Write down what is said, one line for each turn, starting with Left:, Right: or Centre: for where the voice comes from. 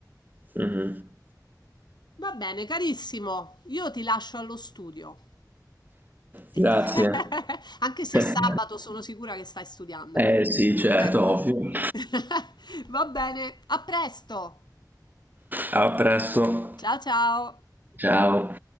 Right: Mhm.
Left: Va bene, carissimo, io ti lascio allo studio.
Right: Grazie.
Left: E ti- <laughs> Anche se
Right: <laughs>
Left: è sabato sono sicura che stai studiando,
Right: Eh
Left: quindi.
Right: sì, certo,
Left: Ecco.
Right: ovvio.
Left: <laughs> Va bene, a presto.
Right: A presto.
Left: Ciao ciao.
Right: Ciao.